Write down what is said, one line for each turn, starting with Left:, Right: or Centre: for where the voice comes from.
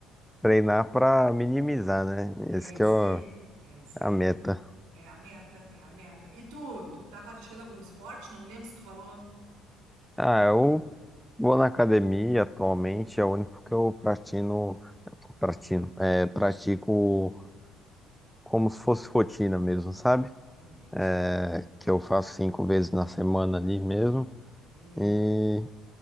Centre: treinar pra minimizar, né?
Right: É
Centre: Esse
Right: isso
Centre: que é o-
Right: aí. É isso
Centre: a
Right: aí.
Centre: meta.
Right: É a meta, é a meta. E tu, tu tá praticando algum esporte? Não me lembro se tu falou.
Centre: Ah, eu vou na academia atualmente, é o único que eu pratino, pratino, é, pratico como se fosse rotina mesmo, sabe?
Right: Entendi.
Centre: É, que eu faço cinco vezes na semana ali mesmo.
Right: Meu
Centre: E
Right: Deus.